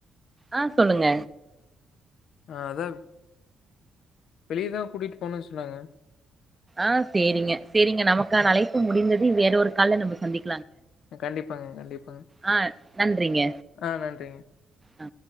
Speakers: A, on the right; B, on the left.
A: ஆஹ் சொல்லுங்க
B: ஆஹ் அதவ் வெளியதான் கூட்டிட்டு போனும்னு சொன்னாங்க
A: ஆஹ் செரிங்க செரிங்க நமக்கான அழைப்பு முடிந்தது வேற ஒரு கால்ல நம்ம சந்திக்க
B: கண்டிப்பாங்க கண்டிப்பாங்க
A: ஆ நன்றிங்க
B: ஆஹ் நன்றிங்க
A: ஆ